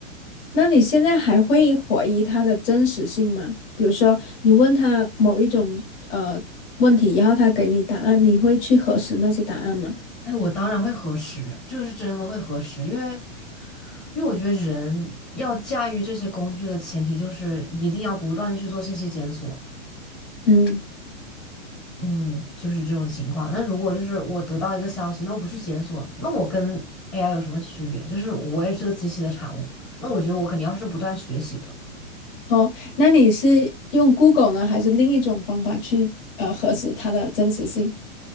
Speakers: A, on the left; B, on the left.
A: 那你现在还会怀疑它的真实性吗？比如说，你问他某一种呃问题，然后他给你答案，你会去核实那些答案吗？
B: 哎，我当然会核实，这个是真的会核实，因为，因为我觉得人要驾驭这些工具的前提就是一定要不断的去做信息检索，
A: 嗯。
B: 嗯，就是这种情况。那如果就是我得到一个消息，那我不去检索，那我跟 AI 有什么区别？就是我也是个机器的产物，那我觉得我肯定要是不断学习的。
A: 哦，那你是用 Google 呢，还是另一种方法去呃核实它的真实性？